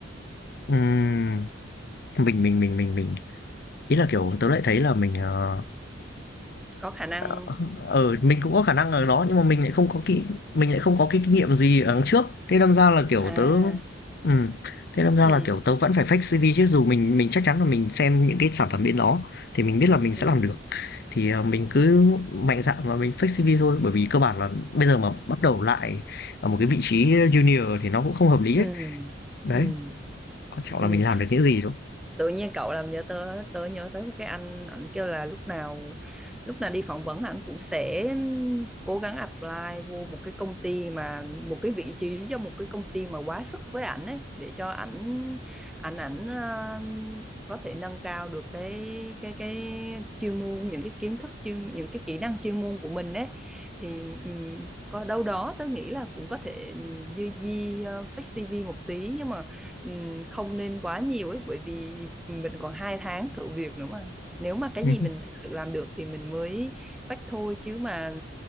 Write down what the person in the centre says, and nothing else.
có khả năng
à
ừ
ừ
ừ
ừ
ừ
tự nhiên cậu làm nhớ tới tớ nhớ tới một cái anh ảnh kêu là lúc nào lúc nào đi phỏng vấn ảnh cũng sẽ cố gắng apply vô một cái công ty mà một cái vị trí cho một cái công ty mà quá sức với ảnh ấy để cho ảnh ảnh ảnh ờ, có thể nâng cao được cái cái cái chuyên môn những cái kiến thức chuyên những cái kỹ năng chuyên môn của mình ấy thì ừm, có đâu đó tớ nghĩ là cũng có thể dư di ờ, fake CV một tí nhưng mà Ừm, không nên quá nhiều ấy bởi vì mình còn hai tháng thử việc nữa mà nếu mà cái
gì mình thực sự làm được thì mình mới phách thôi chứ mà